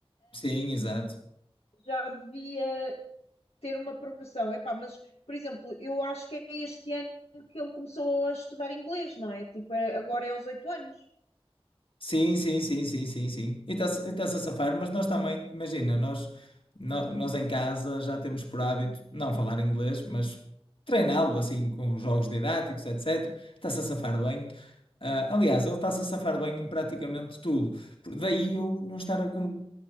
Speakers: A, on the left; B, on the left.
A: Sim, exato.
B: Já devia, ter uma progressão. Epá, mas, por exemplo, eu acho que é este ano que ele começou a estudar inglês, não é? Tipo, é- agora é aos oito anos.
A: Sim, sim, sim, sim, sim, sim. E está-se está-se a safar, mas nós também, imagina, nós, nó- nós em casa já temos por hábito não falar inglês, mas treiná-lo assim com jogos didáticos, etc. Está-se a safar bem. Ah, aliás, ele está-se a safar bem em praticamente tudo. Por- Daí eu não estar a com-